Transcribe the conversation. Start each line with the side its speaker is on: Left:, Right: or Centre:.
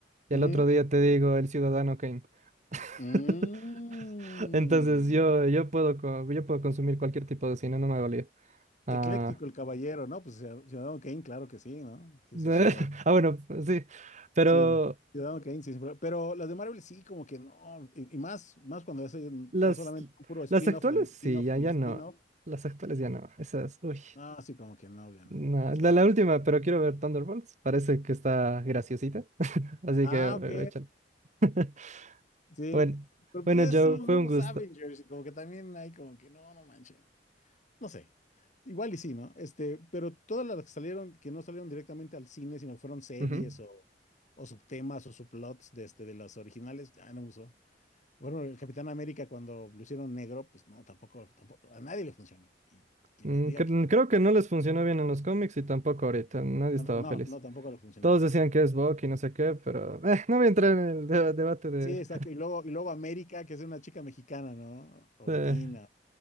Right: y
Left: Ujú.
Right: al otro día te digo El Ciudadano Kane. <laughs>
Left: Mm.
Right: Entonces yo, yo puedo, co- yo puedo consumir cualquier tipo de cine, no me hago lío. Ah,
Left: Ecléctico el caballero, ¿no? Pues Ciudad- Ciudadano Kane, claro que sí, ¿no? Sí,
Right: de-
Left: sí, sí,
Right: <laughs> ah, bueno, pues, sí, pero
Left: Sí, Ciudadano Kane, sí, sí, pero, pero las de Marvel sí, como que no, y, y más, más cuando es eh,
Right: las,
Left: ya solamente un puro spin-off
Right: las actuales
Left: del spin-off
Right: sí, ya,
Left: del
Right: ya
Left: spin-off,
Right: no. Las actuales ya no. Esas, uy.
Left: no, sí, como que no, ya no.
Right: no,
Left: O
Right: La, la última, pero quiero ver Thunderbolts. Parece que está graciosita. Así
Left: ah,
Right: que eh,
Left: ok,
Right: échale. <laughs>
Left: sí,
Right: Bueno,
Left: pero
Right: bueno,
Left: pues ya
Right: Joe,
Left: son los
Right: fue
Left: nuevos
Right: un gusto.
Left: Avengers y como que también hay como que no, no manchen, no sé, igual y sí, ¿no? Este, pero todas las que salieron, que no salieron directamente al cine, sino que fueron series
Right: Ujú.
Left: o, o subtemas o subplots de, este, de las originales, ya no me gustó. Bueno, el Capitán América cuando lo hicieron negro, pues no, tampoco, tampoco, a nadie le funcionó. Y que
Right: Mm,
Left: me diga
Right: cre-
Left: quién.
Right: mm, Creo que no les funcionó bien en los cómics y tampoco ahorita. Nadie estaba
Left: Ah, No, no,
Right: feliz.
Left: no, tampoco le funcionó.
Right: Todos decían que es Bucky y no sé qué, pero eh, no voy a entrar en el deba- debate de...
Left: Sí, exacto. Y luego, y luego América, que es una chica mexicana, ¿no? O
Right: de...
Left: latina.